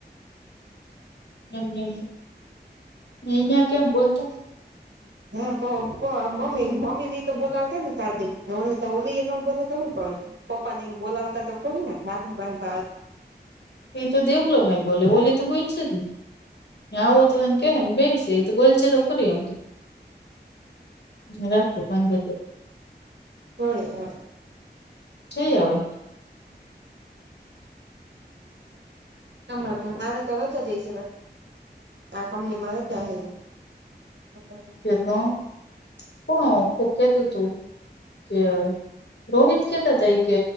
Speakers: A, on the left; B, on the right.
A: એમમ એયા કેમ બોલતા.
B: <inaudible> હા મમ્મી મમ્મી ની તો બોલાવતા ને સા ઓલી તો ઓલી એ ન બોલે તોું ક. પપ્પા ને બોલાવતા તો ખોરીને રાખલી બાંધતા.
A: એ તો દેવલો નહી બોલે ઓોલી તો બોઈ છે જ ને આવો તો એને કે ને બેસે. બોલચ તો ખરી આમ તો રાખડું બાંધ.
B: <unintelligible>
A: છે હવે.
B: તમા આને તો રજા જઈશે આ કંપનીમાં રજા છે એ <inaudible>
A: <unintelligible> રોહિત કેતા ત એ કે